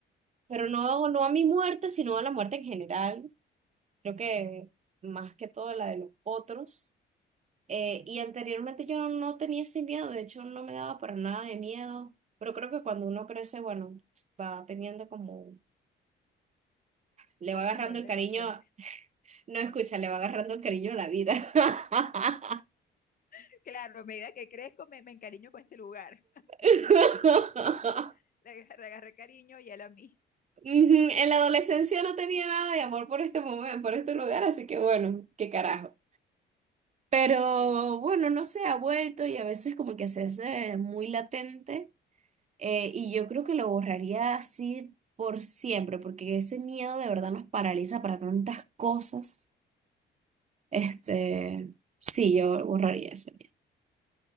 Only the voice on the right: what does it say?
pero no, no a mi muerte, sino a la muerte en general. Creo que más que todo la de los otros. Eh, y anteriormente yo no, no tenía ese miedo, de hecho no me daba para nada de miedo, pero creo que cuando uno crece, bueno, va teniendo como, le
va agarrando
el
cariño,
no escucha, le va agarrando el cariño a la vida. <laughs>
<laughs>
Ujú, En la adolescencia no tenía nada de amor por este momento, por este lugar, así que bueno, qué carajo. Pero bueno, no sé, ha vuelto y a veces como que se hace muy latente eh, y yo creo que lo borraría así por siempre, porque ese miedo de verdad nos paraliza para tantas cosas. Este, sí, yo borraría eso.